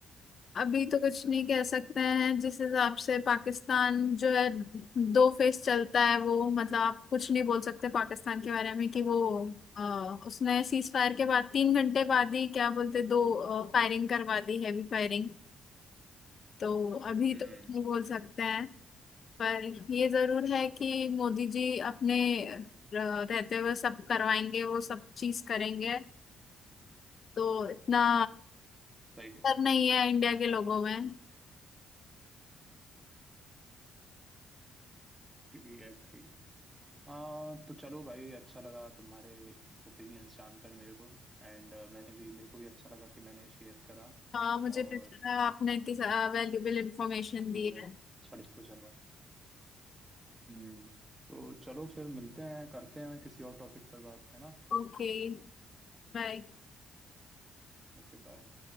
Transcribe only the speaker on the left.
अभी तो कुछ नहीं कह सकते हैं जिस हिसाब से पाकिस्तान जो है दो फेस चलता है वो मतलब आप कुछ नहीं बोल सकते पाकिस्तान के बारे में कि वो अ, उसने सीज फायर के बाद तीन घंटे बाद ही क्या बोलते दो फायरिंग करवा दी हैवी फायरिंग तो अभी
तो कुछ नहीं बोल सकते हैं पर ये जरूर है कि मोदी जी अपने अ, रहते हुए सब करवाएंगे वो सब चीज करेंगे तो इतना
डर
नहीं है इंडिया के लोगों में
हाँ मुझे
पता है आपने इतनी वैल्यूबल इंफॉर्मेशन दी
है
Okay bye